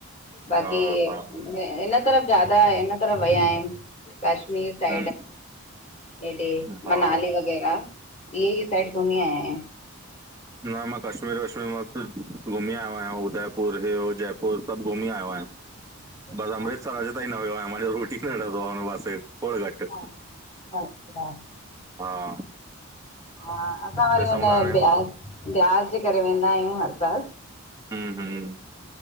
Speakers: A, on the left; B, on the right.
A: बाक़ी!
B: हा हा
A: हिन तरफ़ ज्यादा हिन तरफ़ वियायूं कश्मीर।
B: हम्म
A: हेॾे
B: हा
A: मनाली वग़ैरह इहे ई साइड घुमी आया आहियूं।
B: न मां कश्मीर, वश्मीर मस्तु घुमी आयो आहियां उदयपुर हे हो जयपुर सभु घुमी आयो आहियां।
A: आहियूं।
B: बस अमृतसर अॼ ता ई न वियो आ मांजो रूट ही न रहंदो आ उन पासे खोड़ घट्।
A: अच्छा अच्छा --
B: हा।
A: हा। असां वरी
B: ॾिसूं
A: वेंदा
B: था हाणे
A: आहियुं, ब्यास जे करे वेंदा आहियूं हर साल।
B: हम हम।